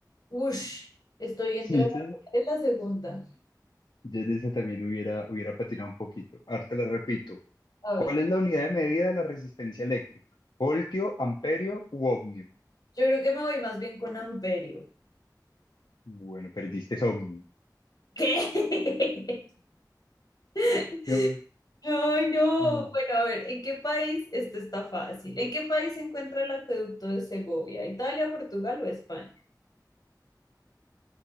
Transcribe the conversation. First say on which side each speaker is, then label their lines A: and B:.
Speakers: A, on the left (about 60°); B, on the left (about 80°).
A: Ush, estoy entre
B: Y ese-
A: la primera y la segunda.
B: yo en ese también hubiera, hubiera patinado un poquito. Ahora te la repito.
A: A ver.
B: ¿Cuál es la unidad de medida de la resistencia eléctrica? ¿Voltio, amperio u ohmio?
A: Yo creo que me voy más bien con Amperio.
B: Bueno, perdiste es ohmio.
A: ¿Qué? <laughs>
B: No,
A: Ay, no.
B: ay,
A: Bueno, a ver, ¿en qué país? Esto está fácil. ¿En qué país se encuentra el acueducto de Segovia? ¿Italia, Portugal o España?